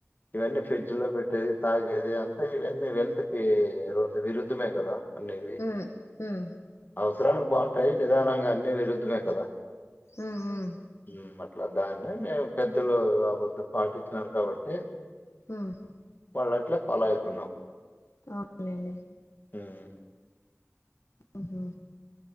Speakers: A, on the left (about 40°); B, on the left (about 65°).
A: ఇవన్నీ ఫ్రిడ్జ్ లో పెట్టేది తాగేది అంతా ఇవన్నీ హెల్త్ కి విరుద్ధమే కదా అనేవి
B: ఉమ్ ఉమ్
A: అవసరానికి బాగుంటాయి నిదానంగా అన్ని విరుద్ధమే కదా
B: ఉమ్ ఉమ్
A: ఉమ్ మ అట్లా దాన్నే మేము పెద్దలు ఆపోదు పాటించినారు కాబట్టి
B: ఉమ్
A: వాళ్ళ అట్లే ఫాలో అయితున్నాం
B: అవునులేండి
A: ఉమ్
B: ఉహు